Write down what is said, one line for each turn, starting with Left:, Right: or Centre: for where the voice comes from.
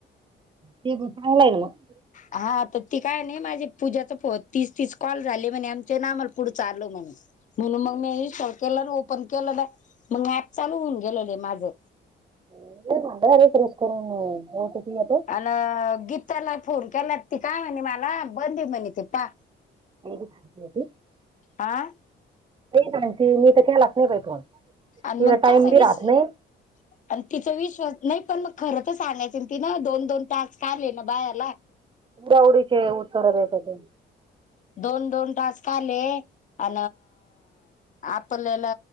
Right: ते ब चांगलाच न मग
Left: हा तर ती काय नाही माझे पूजाच प तीस तीस कॉल झाले म्हणे आमच्या नामला पुढ च आल म्हणे म्हणून मग मी इन्स्टॉल केलं ओपन केलं ना मग ॲप चालू होऊन गेलं आहे माझं
Right: <unintelligible>
Left: अला गीताला फोन केला ती काय म्हणे मला बंदी म्हणे ते पहा.
Right: <unintelligible>
Left: आं.
Right: <unintelligible> मी तर केलाच नाही प फोन
Left: आणि
Right: तिला
Left: मग
Right: टाइम
Left: कसा
Right: बी
Left: विषय
Right: राहत नाही
Left: आणि तिचा विश्वास नाही पण मग खरं तर सांगायचं न तीन दोन दोन तास आले ना बायारला
Right: गवरीचे ऊस तोंडाला येतात तें.
Left: दोन दोन टास्क आले. अ आपल्याला